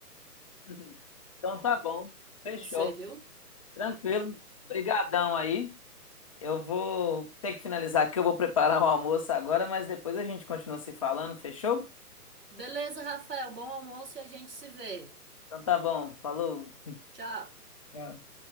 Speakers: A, on the left; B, on the right.
A: Uhum. Então tá bom, fechou,
B: você, viu?
A: tranquilo. Brigadão aí. Eu vou ter que finalizar aqui, eu vou preparar o almoço agora, mas depois a gente continua se falando, fechou?
B: Beleza, Rafael, bom almoço e a gente se vê.
A: Então tá bom, falou.
B: Tchau.
A: Tchau.